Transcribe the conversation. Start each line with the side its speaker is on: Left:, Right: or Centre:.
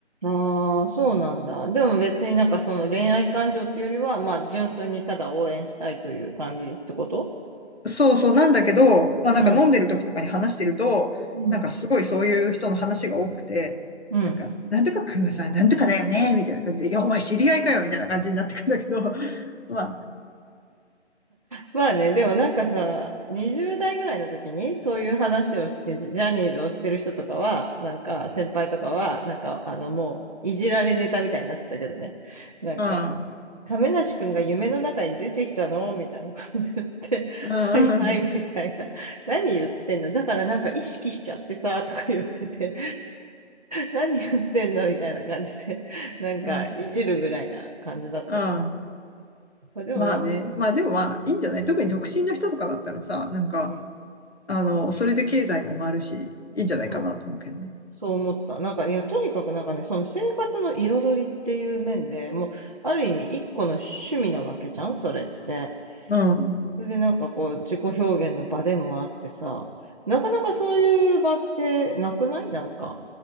Right: ああ、そうなんだ。でも別になんかその恋愛感情っていうよりは、まあ純粋にただ応援したいという感じってこと
Left: そうそうなんだけど、まあなんか飲んでる時とかに話してると、
Right: うん。うん。
Left: なんかすごいそういう人の話が多くて、
Right: うん。
Left: なんか、なんとかくんはさ、なんとかだよね、みたいな感じで、いや、お前知り合いかよ、みたいな感じになってくんだけど、<laughs> ま
Right: まあね、でもなんかさ、20代ぐらいの時にそういう話をして、ジジャニーズをしてる人とかは、なんか先輩とかは、なんかあのもういじられネタみたいになってたけどね。なんか、
Left: あ、
Right: 亀梨くんが夢の中に出てきたのみたいなこと言って、
Left: うん、うん、
Right: <laughs> はいはいみたいな。
Left: うん、
Right: 何言ってんのだからなんか意識しちゃってさ、とか言ってて。何言ってんの <laughs> みたいな感じで、なんか、
Left: うん、
Right: いじるぐらいな感じだったけど。
Left: うん。
Right: でもなんか、
Left: まあね。まあでもまあいいんじゃない特に独身の人とかだったらさ、なんか、
Right: うん、
Left: あの、それで経済も回るし、いいんじゃないかなと思うけどね。
Right: そう、そう思った。なんか、いや、とにかくなんかね、その生活の彩りっていう面でもう、ある意味一個の趣味なわけじゃんそれって。
Left: うん。
Right: それでなんかこう、自己表現の場でもあってさ、なかなかそういう場ってなくないなんか。